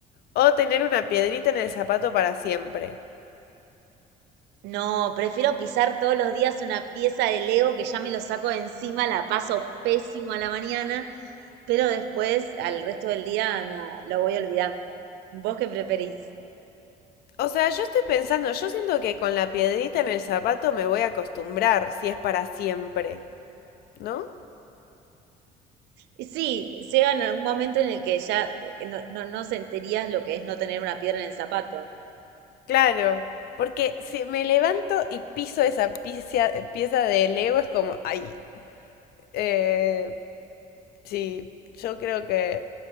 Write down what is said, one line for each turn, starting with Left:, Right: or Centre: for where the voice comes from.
Left: o tener una piedrita en el zapato para siempre.
Right: No, prefiero pisar todos los días una pieza de Lego que ya me lo saco de encima, la paso pésimo a la mañana, pero después, al resto del día, nada, lo voy olvidando. ¿Vos qué preferís?
Left: O sea, yo estoy pensando, yo siento que con la piedrita en el zapato me voy a acostumbrar si es para siempre, ¿no?
Right: Y sí, llega en algún momento en el que ya eh, no, no, no sentirías lo que es no tener una piedra en el zapato.
Left: Claro, porque si me levanto y piso esa pieza, pieza de Lego es como, ay, eh, sí, yo creo que...